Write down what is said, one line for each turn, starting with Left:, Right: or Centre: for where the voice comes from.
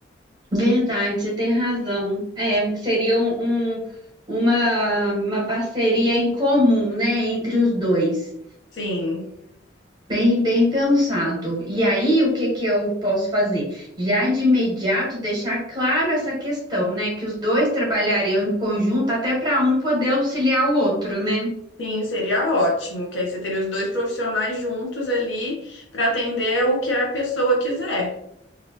Right: Verdade, você tem razão. É, seria um, um- uma, uma parceria em comum, né, entre os dois.
Left: Sim,
Right: Bem, bem pensado. E aí, o que que eu posso fazer? Já de imediato deixar claro essa questão, né, que os dois trabalhariam em conjunto até para um poder auxiliar o outro, né?
Left: sim, seria ótimo, que aí você teria os dois profissionais juntos ali para atender o que a pessoa quiser.